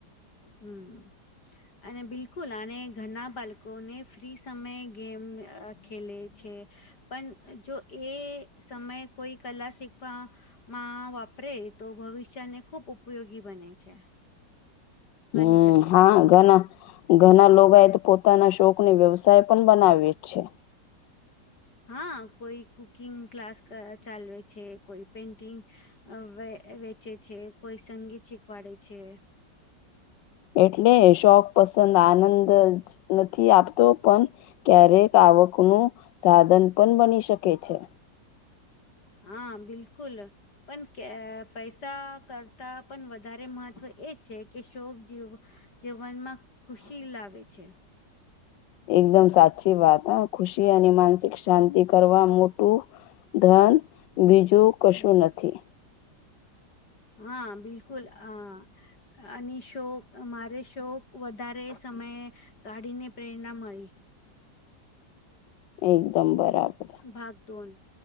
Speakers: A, on the left; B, on the left.
A: હમ અને બિલકુલ આ ઘરના બાળકોને ફ્રી સમયે ગેમ અા ખેલે છે. પણ જો એ સમયે કોઈ કલા શીખવા માં વાપરે તો ભવિષ્યને ખુબ ઉપયોગી બને છે. બની
B: હમ.
A: શકે.
B: હા, ઘણા ઘણા લોકો એ તો પોતાના શોકને વ્યવસાય પણ બનાવ્યો જ છે.
A: હા, કોઈ કુકિંગ ક્લાસ ચાલવે છે. કોઈ પેન્ટિંગ અવે વેચે છે. કોઈ સંગીત શીખવાડે છે.
B: એટલે શોખ પસંદ આનંદ જ નથી આપતો પણ ક્યારેક આવકનું સાધન પણ બની શકે છે.
A: હા, બિલકુલ. પણ કે પૈસા કરતા પણ વધારે મહત્ત્વ એ છે કે શોક જેવું જે મનમાં ખુશી લાવે છે.
B: એકદમ સાચી વાત હ. ખુશી અને માનસિક શાંતિ કરવા મોટું ધન,
A: હમ
B: બીજું કશું
A: હમ
B: નથી.
A: હા, બિલકુલ હ. અને શોક મારે શોક વધારે સમયે કાઢીને પ્રેરણા મળી.
B: એકદમ બરાબર.
A: ભાગદોડ